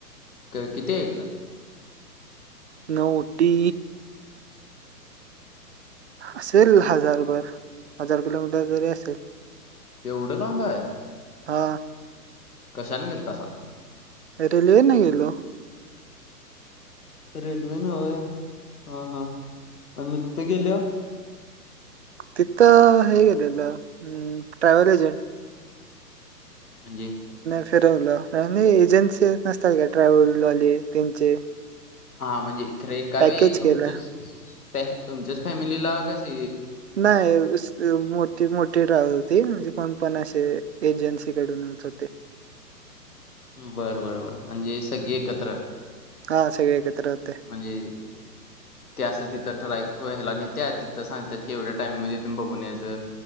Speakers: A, on the left; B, on the right.
A: कं किती हाय मग?
B: न उटी. असेल हजारभर हजार किलोमीटर तरी असेल.
A: तेवढं लांब हाय?
B: हा.
A: कशानं गेलतासा?
B: रेल्वे नं गेलो.
A: रेल्वे नं होय. हा हा. आणि मं तिथं गेल्याव
B: तिथं हे केलेलं ट्रॅव्हल एजन्ट.
A: म्हणजे
B: फिरवलं आणि एजन्सी नसत्यात काय ट्रॅव्हल वाले त्यांचे
A: हा म्हणजे खर एका
B: पॅकेज
A: वेळी तुमचेच.
B: केलं.
A: <unintelligible> तुमच्याचं फॅमिलीला काय सग
B: नाही दुस मोठी मोठीे ट्रॅव्हल होती. ते म्हणजे कोण पण असे एजन्सी कडूनचं होते.
A: बर बर बर म्हणजे सगळी एकत्र
B: हा सगळे एकत्र होते.
A: म्हणजे. ते असं तिथं ठरवीक ह्याला न्हेत्यात तिथं सांगतात की एवढ्या टाइम मध्ये तुम्ही बघून यायचं